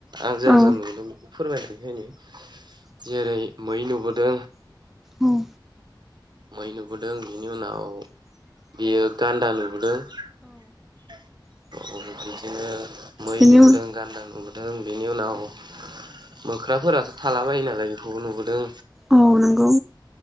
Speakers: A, on the right; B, in the centre.
A: आं जा-जा
B: औ
A: नुदों फोरमायना बेखायनो जेरै मै नुबोदों
B: औ
A: मै नुबोदों बिनि उनाव बियो गान्दा नुबोदों औ बिदिनो मै
B: बिनि
A: नुबोदों
B: उन
A: गान्दा नुदों दों बिनि उनाव मोख्राफोराथ' थाला बायो नालाय बिखौबो नुबोदों
B: औ नंगौ